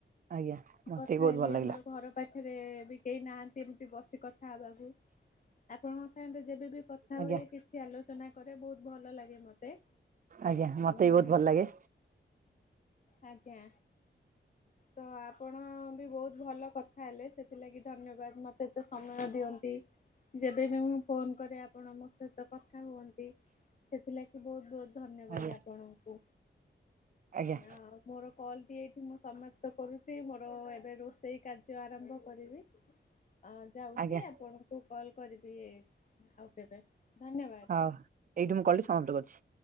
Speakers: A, on the right; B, on the left.
A: ଆଜ୍ଞା ମତେ
B: କଥା
A: ବି ବହୁତ
B: ହେଲି
A: ଭଲ ଲାଗିଲା
B: ଆମର ଘର ପାଖରେ ବି କେହି ନାହାନ୍ତି ଏମତି ବସି କଥା ହେବାକୁ ଆପଣଙ୍କ ସାଙ୍ଗରେ ଯେବେବି କଥା
A: ଆଜ୍ଞା
B: ହୁଏ କିଛି ଆଲୋଚନା କରେ ବହୁତ ଭଲ ଲାଗେ ମତେ।
A: ଆଜ୍ଞା। ମତେ
B: ଉଁ
A: ବି ବହୁତ ଭଲ ଲାଗେ।
B: ଆଜ୍ଞା ତ ଆପଣ ବି ବହୁତୁ ଭଲ କଥା ହେଲେ ସେଥିଲାଗି ଧନ୍ୟବାଦ ମତେ ଏତେ ସମୟ ଦିଅନ୍ତି। ଯେବେବି ମୁଁ ଫୋନ କରେ ଆପଣ ମୋ ସହିତ କଥା ହୁଅନ୍ତି ସେଥିଲାଗି ବହୁତୁ ବହୁତୁ ଧନ୍ୟବାଦ
A: ଆଜ୍ଞା
B: ଆପଣଙ୍କୁ।
A: ଆଜ୍ଞା
B: ନା ଆଉ ମୋର କଲଟି ଏଇଠି ମୁଁ ସମାପ୍ତ କରୁଛି ମୋର ରୋଷେଇ କାର୍ଯ୍ୟ ଆରମ୍ଭ କରିବି। ଅ ଯାଉଛି
A: ଆଜ୍ଞା
B: ଆପଣଙ୍କୁ କଲ କରିବି ଆଉ କେବେ। ଧନ୍ୟବାଦ।
A: ହଉଏଇଠୁ ମୁଁ କଲ ଟି ସମାପ୍ତ କରିଛି।